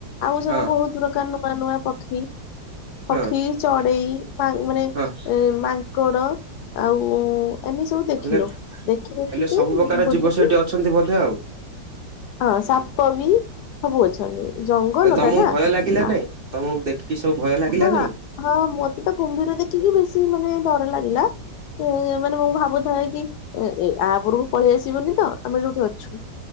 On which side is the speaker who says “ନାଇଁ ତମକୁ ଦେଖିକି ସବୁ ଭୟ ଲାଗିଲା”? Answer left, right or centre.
Right